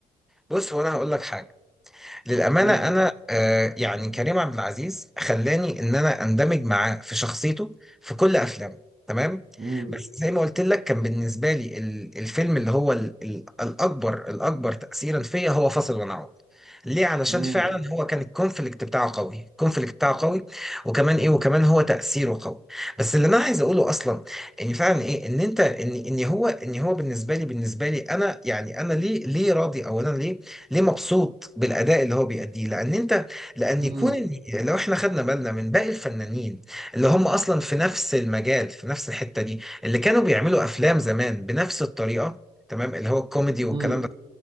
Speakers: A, in the centre; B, on the right.
A: بص هو انا هقول لك حاجه للأمانة
B: امم
A: أنا آه، يعني كريم عبد العزيز خلاني إن أنا أندمج معاه في شخصيته في كل أفلامه تمام
B: امم
A: بس زي ما قلت لك كان بالنسبة لي ال- الفيلم اللي هو ال- ال- الأكبر الأكبر تأثيرا فيا هو فاصل ونعود ليه علشان
B: امم
A: فعلا هو كان الكونفليكت بتاعه قوي الكونفليكت بتاعه قوي وكمان ايه وكمان هو تأثيره قوي بس اللي انا عايز اقوله اصلا ان فعلا ايه ان انت ان ان هو ان هو بالنسبه لي بالنسبه لي انا يعني انا ليه ليه راضي او انا ليه ليه مبسوط بالاداء اللي هو بيأديه لان انت لان
B: امم
A: يكون ال- لو احنا خدنا بالنا من باقي الفنانين اللي هم اصلا في نفس المجال في نفس الحتة دي اللي كانوا بيعملوا افلام زمان بنفس الطريقة تمام اللي هو الكوميدي
B: امم
A: والكلام ده